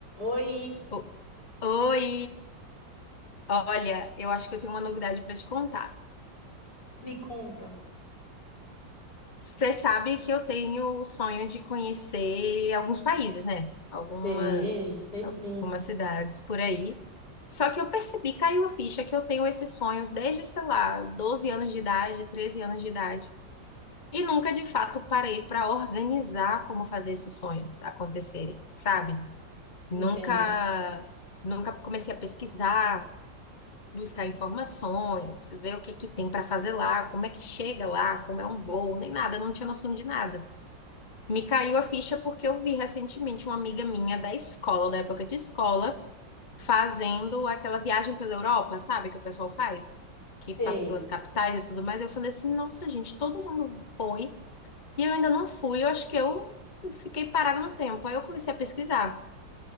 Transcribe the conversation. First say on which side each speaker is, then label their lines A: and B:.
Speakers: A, on the left; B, on the left.
A: Oi,
B: O- Oi! Olha, eu acho que eu tenho uma novidade para te contar.
A: Me conta.
B: Você sabe que eu tenho o sonho de conhecer alguns países, né? Algumas,
A: sei, sei sim,
B: algumas cidades por aí. Só que eu percebi, caiu a ficha, que eu tenho esse sonho desde, sei lá, 12 anos de idade, 13 anos de idade. E nunca, de fato, parei para organizar como fazer esses sonhos acontecerem, sabe? Nunca,
A: entendo.
B: nunca comecei a pesquisar buscar informações, ver o que que tem para fazer lá, como é que chega lá, como é um voo, nem nada, eu não tinha noção de nada. Me caiu a ficha porque eu vi recentemente uma amiga minha da escola, da época de escola, fazendo aquela viagem pela Europa, sabe, que o pessoal faz, que
A: Sei.
B: passa pelas capitais e tudo mais. Eu falei assim, nossa, gente, todo mundo foi e eu ainda não fui, eu acho que eu fiquei parada no tempo. Aí eu comecei a pesquisar.